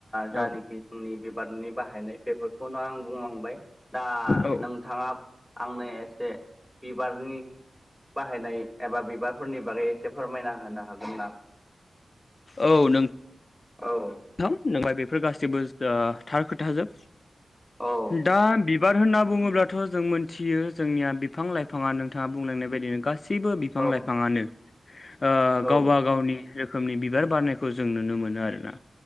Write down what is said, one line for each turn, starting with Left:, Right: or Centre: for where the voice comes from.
Centre: जानोखि
Left: औ
Centre: आंनि बिबारनि बाहायनाय बेफोरखौनो आं बुंलांबाय दा
Left: औ
Centre: नोंथाङा आंनो एसे बिबारनि बाहायनाय एबा बिबारफोरनि बागै एसे फोरमायना होनो हागोन ना
Left: औ नों
Centre: औ
Left: नोंथां बेफोर गासिबो थार खोथाजोब
Centre: औ
Left: दा बिबार होनना बुङोब्लाथ' जों मोनथियो जोंनिया बिफां लाइफाङा नोंथाङा बुंलांनाय बायदिनो गास सैबो बिफां
Centre: औ
Left: लाइफाङानो ओ
Centre: औ
Left: गावबा गावनि जो रोखोमनि बिबार बारनायखौ जों नुनो मोनो आरो ना